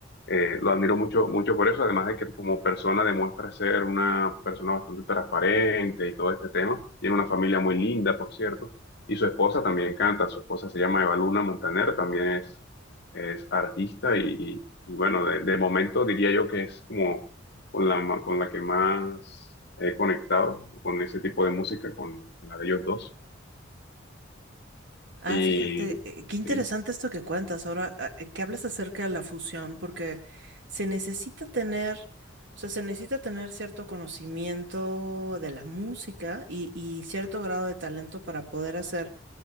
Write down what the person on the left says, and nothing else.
eh, lo admiro mucho, mucho por eso, además de que como persona demuestra ser una persona bastante transparente y todo este tema. Tiene una familia muy linda, por cierto, y su esposa también canta. Su esposa se llama Evaluna Montaner, también es, es artista y, y, y bueno, de, de momento diría yo que es como con la, ma- con la que más he conectado con ese tipo de música, con, con la de ellos dos.
Y
sí,